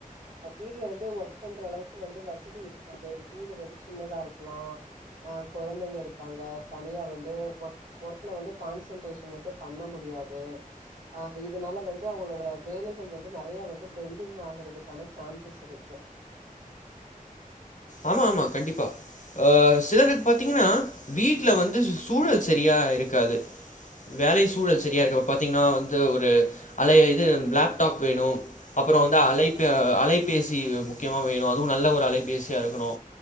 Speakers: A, on the right; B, on the left.
A: ஆ வீட்ல வந்து ஒர்க் பண்ற அளவுக்கு வந்து வசதி இருக்காது வீடு வந்து சின்னதா இருக்கலா ஒ கொழந்தங்க இருப்பாங்க தனியா வந்து ஓர்க் ஒர்க்ல வந்து கான்சன்ட்ரேஷன் வந்து பண்ண முடியாது ஆ இதனால வந்து அவுங்களோட வேலைகள் வந்து நெறைய வந்து பெண்டிங் ஆகுறதுக்கான சான்சஸ் இருக்கு
B: ஆமா ஆமா கண்டிப்பா ஆ சிலதுக் பாத்தீங்கன்னா வீட்ல வந்து சூழல் சரியா இருக்காது வேலை சூழல் செரியா இருக்கு அப்போ பாத்தீங்ன்னா வந்து ஒரு அலைய இது லேப்டாப் வேணு அப்றோ வந்து அலைப்பு அ அலைபேசி முக்கியம வேணு அதுவு நல்ல ஒரு அலைபேசியா இருக் கணு